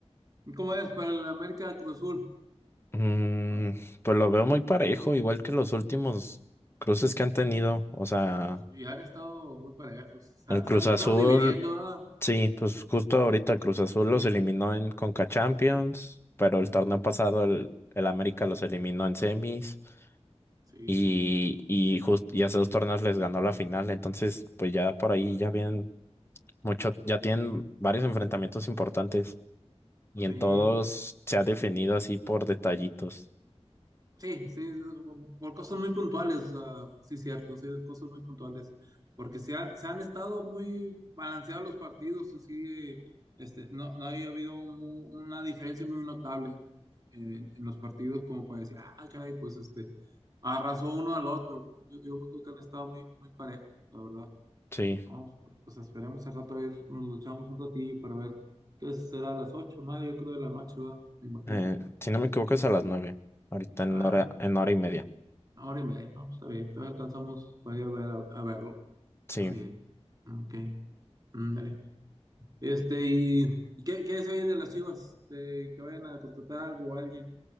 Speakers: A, on the right; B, on the left.
A: ¿Y ¿Cómo es para el América Cruz Azul?
B: Mm,
A: Ah.
B: pues lo veo muy parejo, igual que los últimos cruces que han tenido. O sea,
A: Y han estado muy parejos. Se,
B: el
A: ha- se
B: Cruz
A: han
B: Azul,
A: estado dividiendo, ¿verdad?
B: sí, pues justo ahorita el Cruz Azul los eliminó en Conca Champions, pero el torneo pasado el, el América los eliminó en semis.
A: Sí,
B: y, y, jus- y hace dos torneos les ganó la final, entonces pues ya por ahí ya vienen mucho, ya tienen varios enfrentamientos importantes y
A: sí,
B: en todos se ha definido así por detallitos.
A: sí, sí, por cosas muy puntuales, o sea, sí, cierto, sí, cosas muy puntuales. Porque se, ha- se han estado muy balanceados los partidos, y sí, eh, este, no, no había habido mu- una diferencia muy notable en, en los partidos, como para decir, ah, caray, pues este, arrasó uno al otro, ¿no? Yo, yo me acuerdo que han estado muy, muy parejos, la verdad.
B: Sí,
A: Vamos, pues esperemos al rato a ver, nos luchamos un ratillo para ver qué será a las ocho o yo creo, de la noche, va, me imagino.
B: eh, si no me equivoco es a las nueve, ahorita en
A: Ah,
B: hora, en hora y media.
A: una hora y media, no, pues está bien, todavía alcanzamos para ir a ver, a, a verlo.
B: Sí,
A: Está bien, ok, mm, dale. Este, ¿y ¿y qué, qué se oye de las Chivas? De que vayan a contratar algo o alguien